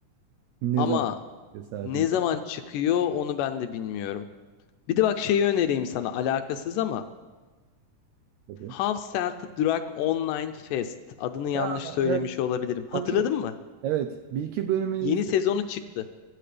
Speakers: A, on the right; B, on the left.
A: Ne
B: ama
A: zaman çıkıyor sadece
B: ne zaman çıkıyor onu ben de bilmiyorum. Bir de bak şeyi önereyim sana alakasız ama
A: yakında.
B: How Sell to Drug Online Fest adını yanlış
A: Ya
B: söylemiş
A: evet.
B: olabilirim. Hatırladın
A: Yok yok.
B: mı?
A: Evet, bir iki bölümünü
B: Yeni
A: izle
B: sezonu çıktı.